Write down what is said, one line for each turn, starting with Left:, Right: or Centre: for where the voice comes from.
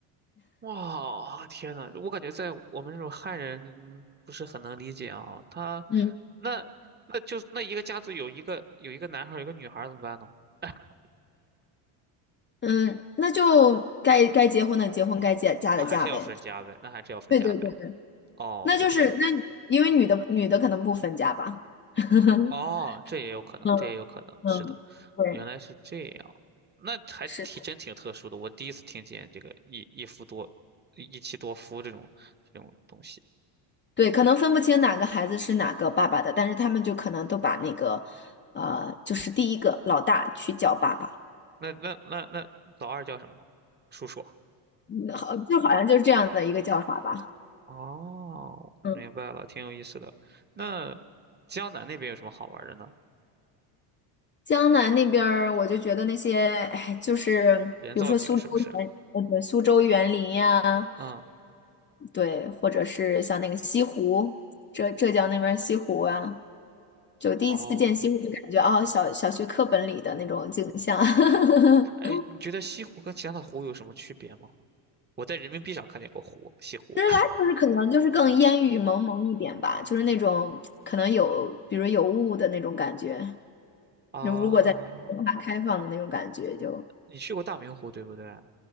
Right: 哇，天呐，我感觉在我们这种汉人不是很能理解啊，他
Left: 嗯
Right: 那那就那一个家族有一个有一个男孩儿有一个女孩儿怎么办呢？<laughs>
Left: 嗯，那就该该结婚的结婚，该嫁嫁的嫁呗。
Right: 那还是要分家呗，那还是要分家呗。
Left: 对对对。
Right: 哦，
Left: 那就是那因为女的女的可能不分家吧。
Right: 有可能。
Left: <laughs>
Right: 哦，这也有可能，
Left: 嗯嗯，
Right: 这也有可能，是的，
Left: 对，
Right: 原来是这样，那还挺真挺特殊的，
Left: 是的，
Right: 我第一次听见这个一一夫多一妻多夫这种这种东西。
Left: 对，可能分不清哪个孩子是哪个爸爸的，但是他们就可能都把那个，呃，就是第一个老大去叫爸爸，
Right: 那那那那老二叫什么？叔叔。
Left: 嗯好，就好像就是这样的一个叫法吧。
Right: 哦，
Left: 嗯，
Right: 明白了，挺有意思的。那江南那边有什么好玩的呢？
Left: 江南那边儿，我就觉得那些，哎，就是比如说苏州园，
Right: 人造景是不是？
Left: 呃，对，苏州园林呀，
Right: 嗯，
Left: 对，或者是像那个西湖，浙浙江那边儿西湖啊。就第一次见西湖，
Right: 哦，
Left: 就感觉哦，小小学课本里的那种景象。<laughs>
Right: 哎，你觉得西湖跟其他的湖有什么区别吗？我在人民币上看见过湖，西湖
Left: 其实它就是可能就是更烟雨蒙蒙一点吧，就是那种可能有，比如有雾的那种感觉。
Right: <laughs> 啊。
Left: 如如果在文化开放的那种感觉就，
Right: 你去过大明湖对不对？